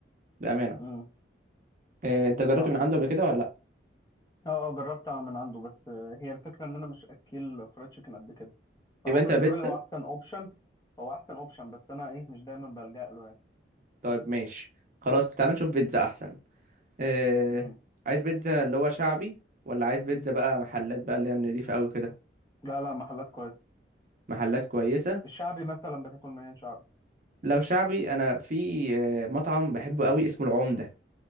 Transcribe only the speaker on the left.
امم
صح
اه اه جربت من عنده بس هي الفكره ان انا مش اكل فرايد تشيكن قد كده فهو
بالنسبه
لي هو احسن اوبشن هو احسن اوبشن بس انا ايه مش دايما بلجأ له
يعني
لا لا محلات كويسة
الشعبي مثلا بتاكل منين شعبي